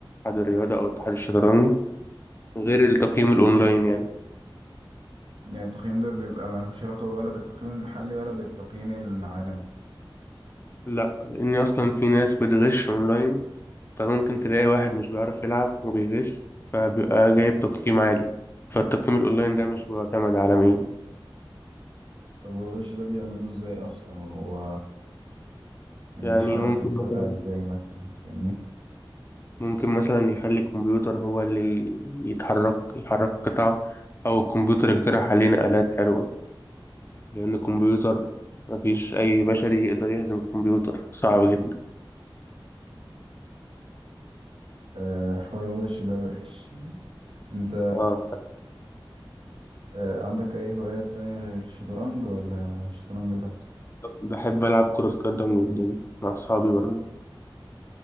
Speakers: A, on the left (about 25°); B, on the right (about 75°).
A: اتحاد الرياضة أو اتحاد الشطرنج غير التقييم الأونلاين يعني
B: يعني التقييم ده بيبقى ملوش علاقة ولا بالتقييم المحلي ولا بالتقييم العالمي
A: لا لأن أصلا في ناس بتغش أونلاين فممكن تلاقي واحد مش بيعرف يلعب وبيغش فبيبقى جايب تقييم عالي فالتقييم الأونلاين ده مش بيعتمد عالميا
B: طب والغش ده بيعملوه ازاي اصلا وهو يعني
A: يعني
B: بيحرك
A: ممكن
B: القطع
A: مثلا
B: ازاي مثلا فاهمني
A: ممكن مثلا يخلي الكمبيوتر هو اللي يتحرك يحرك قطع أو الكمبيوتر يقترح علينا آلات حلوة لأن الكمبيوتر مفيش أي بشري يقدر يهزم الكمبيوتر صعب جدا
B: آه، حوار الغش ده وحش انت
A: آه
B: آه، عندك اي هوايات تانية غير الشطرنج ولا شطرنج بس
A: بحب ألعب كرة قدم جدا مع أصحابي برضه